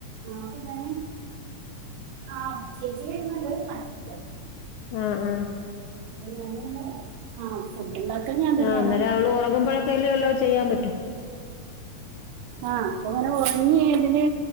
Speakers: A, on the right; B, on the left.
A: ആ അ തന്നെ ആ് ചേച്ചി വരുന്നൊണ്ട് വണി <inaudible>
B: ആഹ ആഹ
A: <inaudible> ആ ഉണ്ടാക്ക ഞാൻ തന്നെയാണ്
B: ആഹ് അന്നേരം അവള് ഉറങ്ങുമ്പോഴൊക്കെല്ലേ വല്ലോ ചെയ്യാൻ പറ്റും
A: ആഹ് അപ്പൊ അങ്ങനെ ഉറങ്ങി എതിന്